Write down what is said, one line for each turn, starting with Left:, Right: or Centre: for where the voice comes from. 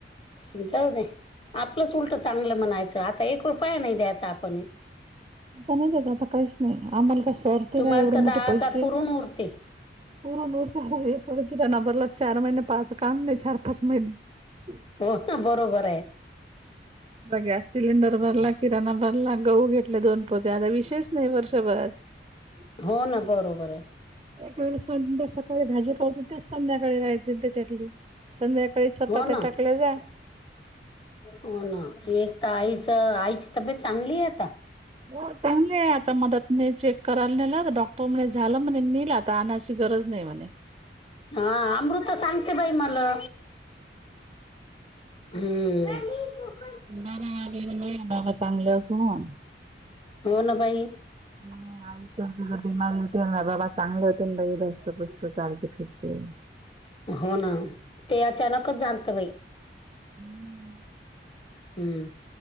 Left: अं जाऊ दे. आपलंच उलट चांगलं म्हणायचं आता एक रुपया नाही द्यायचा आपणही
Right: आता नाही त्याज आता काहीच नाही आम्हाला काय
Left: तुम्हाला
Right: <unintelligible> एवढे
Left: तर
Right: मोठे
Left: दहा
Right: पैसे.
Left: हजार पुरून
Right: <unintelligible>
Left: उरते
Right: नंबरला चार महिने पाच काम नाही चार पाच महिने.
Left: हो ना बरोबर आहे
Right: गॅस सिलेंडर भरला किराणा भरला गहू घेतले दोन पोते आता विशेष नाही वर्ष <unintelligible>
Left: हो ना बरोबर आहे.
Right: <unintelligible> संध्या सकाळी भाजी <unintelligible> तेच संध्याकाळी खायची त्याच्यातली. संध्याकाळी चपात्या
Left: हो ना
Right: टाकल्या जा.
Left: हो ना एक तर आईचं आईची तब्येत चांगली आहे आता?
Right: हो चांगली आहे आता मदत ने चेक करायला नेला ना डॉक्टर म्हणे झालं म्हणे नेला आता आणायची गरज नाही म्हणे.
Left: हा अमृता सांगते बाई मला. हम्म. <unintelligible>
Right: <unintelligible> बाबा चांगले असून,
Left: हो ना बाई
Right: ह आई तर <unintelligible> <unintelligible> बाबा चांगले होतील भाई धष्टपुष्ट चालते फिरते.
Left: हो ना ते अचानकच झालतं बाई.
Right: हम्म.
Left: हम्म.